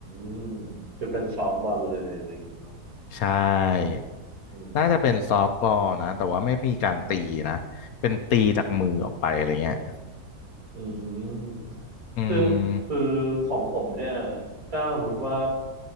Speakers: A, on the right; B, on the left.
A: มคือเป็นซอฟต์บอลเลยอะไรอย่างเงี้ยเนาะ
B: ใช่
A: อืม
B: น่าจะเป็นซอฟต์บอลนะแต่ว่าไม่มีการตีนะ
A: อืม
B: เป็นตีจากมือออกไปอะไรเงี้ย
A: อืมคือ
B: อืม
A: คือของผมเนี่ยถ้าสมมติว่า